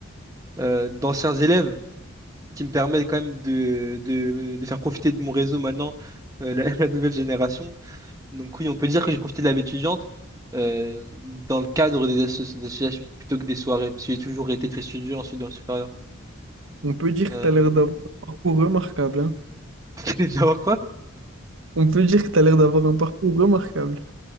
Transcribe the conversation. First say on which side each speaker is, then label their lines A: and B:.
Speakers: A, on the right; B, on the right.
A: euh, d'anciens élèves qui me permettent quand même de, de, de faire profiter de mon réseau maintenant, euh, la, <laughs> la nouvelle génération. Donc, oui, on peut dire que j'ai profité de la vie étudiante. euh, dans le cadre des asso- des associations plutôt que des soirées, parce que j'ai toujours été très studieux ensuite dans le supérieur.
B: On peut dire
A: Euh,
B: que tu as l'air
A: voilà.
B: d'avoir un parcours remarquable, hein?
A: <laughs> D'avoir quoi?
B: On peut dire que tu as l'air d'avoir un parcours remarquable.